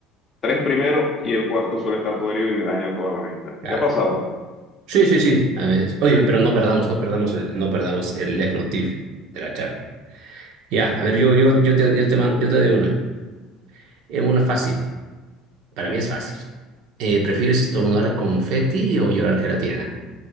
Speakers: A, on the left; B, on the right.
A: tres primero y el cuarto suele estar podrido y me daña toda la mezcla.
B: claro.
A: ¿Te ha pasado?
B: Sí, sí, sí, a veces. Oye, pero no perdamos, no perdamos el, no perdamos el left tip de la charla. Ya, a ver, yo, yo, yo te, yo te, man- yo te doy una. Es una fácil. Para mí es fácil. Eh, ¿prefieres estornudar confeti o llorar gelatina?